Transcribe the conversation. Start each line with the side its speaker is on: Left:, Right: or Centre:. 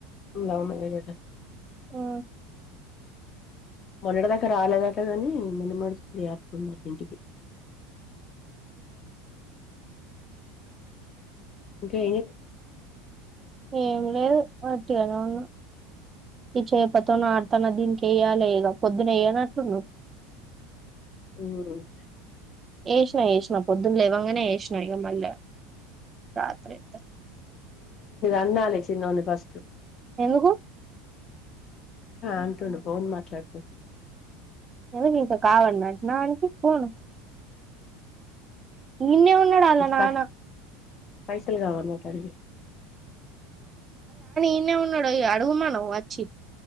Left: లవ్ మ్యారేజ్ అట
Right: ఉ
Left: మొన్నడ దాకా రాలేదట కాని మన్న మసు చేరుతుంది ఇంటికి ఇంకా ఎ
Right: ఏం లేదు అట్టిగానే ఉన్నా ఈ చేపతోన్న ఆడుతన్న దీనికి వెయ్యాలి ఇక పొద్దున వెయ్యానట్టుండవు
Left: మ్మ్
Right: ఎషినా ఎషినా పొద్దున్న లేవంగానే వసినా ఇక మళ్ళ రాత్రి అ
Left: అన్నాలి చిన్నోని ఫస్ట్
Right: ఎందుకు
Left: అంటుండు బవున్ మాట్లాడితే
Right: ఏవి కవడనా నానికి కోన ఈన్నే ఉన్నాడాల్ల నాన్న
Left: పై పైసలు కావన్నటది
Right: ఇన్నేవవు నోడు అడుగుుమా్చ్చ చి